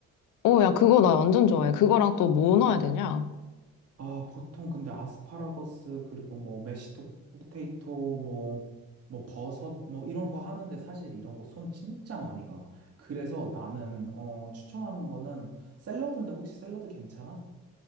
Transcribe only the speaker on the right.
아, 보통 근데 아스파라거스 그리고 뭐 메시토 포테이토 뭐 뭐 버섯 뭐 이런 거 하는데 사실 이런 거 손 진짜 많이 가. 그래서 나는 어 추천하는 거는 샐러드인데 혹시 샐러드 괜찮아?